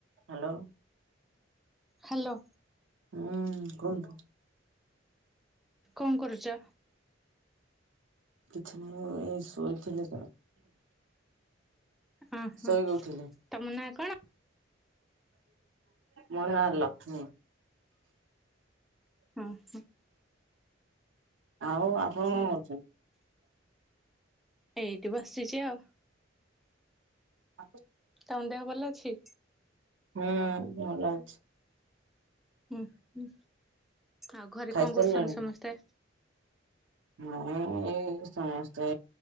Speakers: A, on the right; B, in the centre.
A: Hello.
B: Hello.
A: ହୁଁ କୁହନ୍ତୁ।
B: କଣ କରୁଛ?
A: କିଛି ନାହିଁ ଏଇ ଶୋଇଥିଲି ତ
B: ଓହୋ
A: ଶୋଇକି ଉଠିଲି
B: ତମ ନାଁ କଣ?
A: ମୋ ନାଁ ଲକ୍ଷ୍ମୀ।
B: ହଁ ହଁ।
A: ଆଉ ଆପଣ କଣ କରୁଛନ୍ତି?
B: ଏଇଠୁ ବସିଛି ଆଉ।
A: ଆ
B: ତମ ଦେହ ଭଲ ଅଛି?
A: ହୁଁ ଭଲ ଅଛି।
B: ହୁଁ ହୁଁ ଆଉ ଘରେ
A: ଖାଇସାରିଲେଣି?
B: କଣ କରୁଛନ୍ତି ସମସ୍ତେ?
A: ହଁ ଏଇ ସମସ୍ତେ